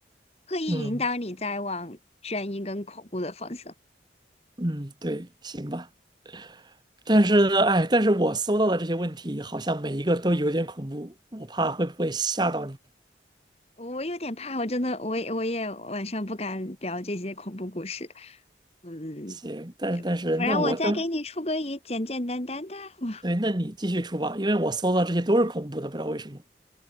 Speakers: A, on the left; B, on the right.
A: 刻意引导你在往悬疑跟恐怖的方向。
B: 嗯嗯，对，行吧。但是呢，哎，但是我搜到的这些问题好像每一个都有点恐怖，我怕会不会吓到你。
A: 我有点怕，我真的，我也我也晚上不敢聊这些恐怖故事。嗯，
B: 行，但但是那我当
A: 不然我再给你出个也简简单单的。哇
B: 对，那你继续出吧，因为我搜到这些都是恐怖的，不知道为什么。